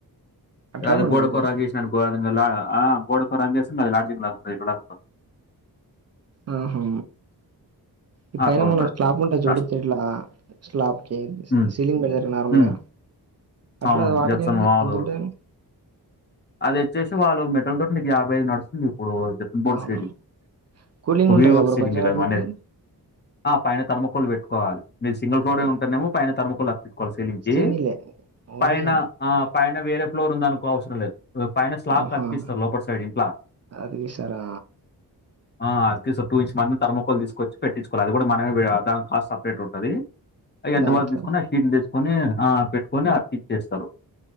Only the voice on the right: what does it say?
అట్లా
కూడా
బ్రో.
ఉమ్మ్ హు ఇ
పైన
మనం స్లాబ్ ఉంటాది జూడు
తేట్లా స్లాబ్ కి
సీలింగ్ పెడతారు నార్మల్గా
అట్లా
వాటికేంత్
ఎంత ఉంటాదని
అవును.
కూలింగ్ ఉంటది
కదా బ్రో కొంచెం
అట్లుంటే?
కు
సింగిలే. ఓన్లీ
ఆహా!
అది వేసారా
దాంతో